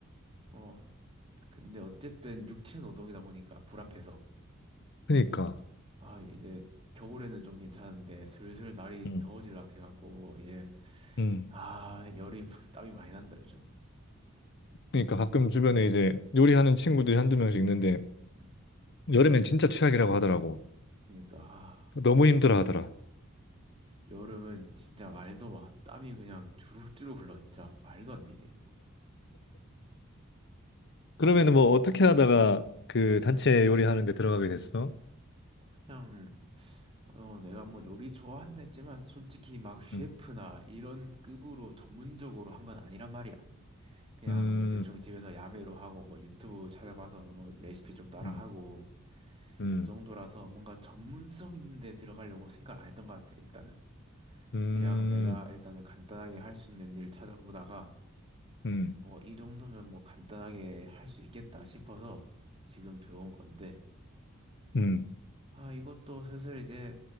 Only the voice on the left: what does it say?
그니까.
음,
음.
그니까 가끔 주변에 이제 요리하는 친구들이 한두 명씩 있는데,
여름엔 진짜 최악이라고 하더라고.
너무 힘들어 하더라.
그러면은 뭐, 어떻게 하다가 그 단체 요리하는 데 들어가게 됐어?
음,
음,
음. 음.
음,
음,
음,